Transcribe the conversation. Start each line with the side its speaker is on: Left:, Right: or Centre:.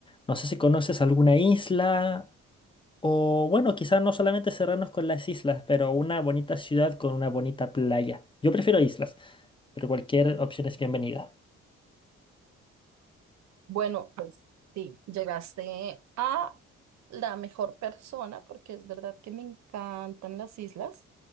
Left: No sé si conoces alguna isla o bueno, quizás no solamente cerrarnos con las islas, pero una bonita ciudad con una bonita playa. Yo prefiero islas, pero cualquier opción es bienvenida.
Right: Bueno, pues sí, llegaste a la mejor persona porque es verdad que me encantan las islas,